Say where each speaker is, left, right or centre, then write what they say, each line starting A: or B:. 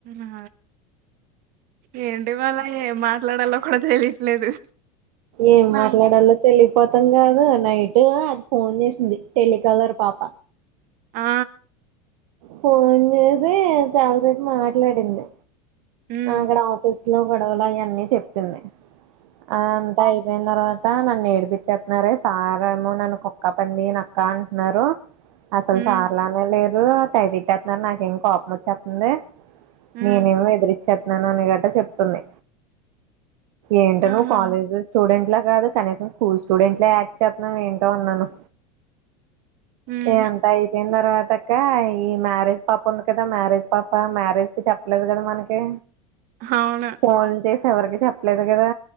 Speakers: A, on the right; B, on the right.
A: ఆ ఏంటి ఇవాళ ఏం మాట్లాడాలో కూడా తెలియట్లేదు
B: ఏం మాట్లాడాలో
A: ఆ!
B: తెలీకపోతె అర్థం కాదు నైట్ అది ఫోన్ చేసింది టెలికాలర్ పాప
A: ఆ!
B: ఫోన్ చేసీ చాలా సేపు మాట్లాడింది
A: హ్మ్.
B: అక్కడ ఆఫీస్ సులో గొడవలు అయన్ని చెప్పింది ఆ అంతా అయిపోయి న తర్వాత నన్ను ఏడిపిచ్చేతున్నారే సార్ ఏమో నన్ను కుక్క పంది నక్క అంటున్నారు అసలు
A: హ్మ్.
B: సార్ లానే లేరు తెగ తిట్టేత్తున్నారు నాకేమొ కోపం వచ్చేత్తుంది
A: హ్మ్.
B: నేనేమో ఎదిరిచ్చేత్తున్నాను అని గట్టా చెప్తుంది ఏంటో
A: ఆహా!
B: నువ్వు కాలేజ్ స్టూడెంట్ లా కాదు కనీసం స్కూల్ స్టూడెంట్ లా యాక్ట్ చెత్తున్నావ్ ఏంట అన్నాను
A: హ్మ్.
B: ఇది అంత అయిపోయిన తర్వాత ఇంకా ఈ మ్యారేజ్ పాప ఉంది కదా మ్యారేజ్ పాప మ్యారేజ్ కి చెప్పలేదు కదా మనకి
A: అవును.
B: ఫోన్ చేసి ఎవరికి చెప్పలేదు కదా